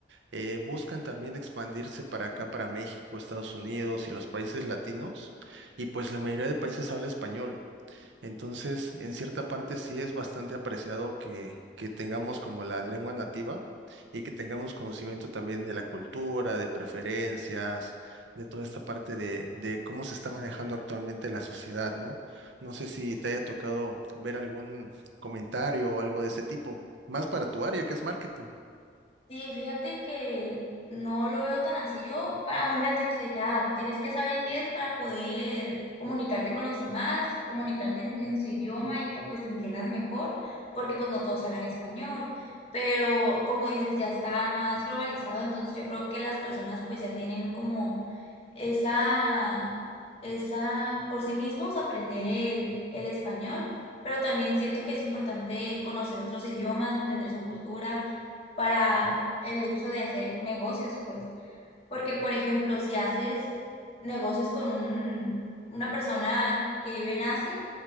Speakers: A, on the right (about 85°); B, on the left (about 35°).
A: eh, buscan también expandirse para acá, para México, Estados Unidos y los países latinos, y pues la mayoría de países habla español. Entonces, en cierta parte sí es bastante apreciado que, que tengamos como la lengua nativa y que tengamos conocimiento también de la cultura, de preferencias, de toda esta parte de, de cómo se está manejando actualmente la sociedad, ¿no? No sé si te haya tocado ver algún comentario o algo de ese tipo, más para tu área que es marketing.
B: Sí, fíjate que no lo veo tan así. Yo, pa- a mí me han dicho de que ah, tienes que saber inglés para poder comunicarte con los demás, comunicarte en, en su idioma y que pues te entiendan mejor, porque pues no todos hablan español. Pero como dices, ya está más globalizado, entonces yo creo que las personas pues ya tienen como esa, esa, por sí mismos aprender el, el español, pero también siento que es importante conocer otros idiomas, entender su cultura para el hecho de hacer negocios, pues. Porque, por ejemplo, si haces negocios con un, una persona que vive en Asia,